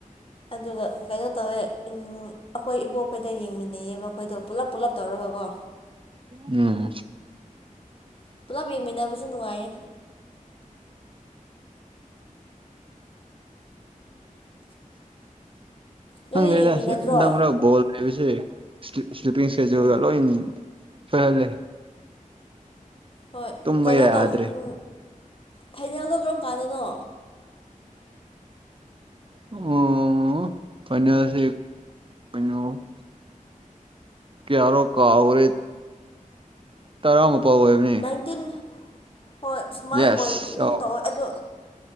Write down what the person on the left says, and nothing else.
ꯑꯗꯨꯒ ꯀꯩꯅꯣ ꯇꯧꯋꯦ ꯑꯩꯈꯣꯏ ꯏꯕꯣꯛꯈꯣꯏꯗ ꯌꯦꯡꯃꯤꯟꯅꯩꯌꯦꯕ ꯑꯩꯈꯣꯏꯗꯣ ꯄꯨꯜꯂꯞ ꯄꯨꯂꯞ ꯇꯧꯔꯒ ꯀꯣ
ꯄꯨꯂꯞ ꯌꯦꯡꯃꯤꯟꯅꯕꯁꯨ ꯅꯨꯡꯉꯥꯏꯌꯦ ꯅꯣꯏꯗ
ꯌꯦꯡꯃꯤꯟꯅꯗ꯭ꯔꯣ
ꯎꯝ
ꯍꯣꯏ
ꯀꯩꯅꯣ
ꯇꯧ ꯑꯝ ꯐꯥꯏꯅꯦꯜꯗꯣ ꯀꯔꯝ ꯀꯥꯟꯗꯅꯣ
ꯅꯥꯏꯇꯤꯟ ꯍꯣꯏ ꯁꯨꯃꯥꯏ
ꯑꯣꯏꯈꯤꯒꯨꯝ
ꯇꯧꯋꯦ ꯑꯗꯣ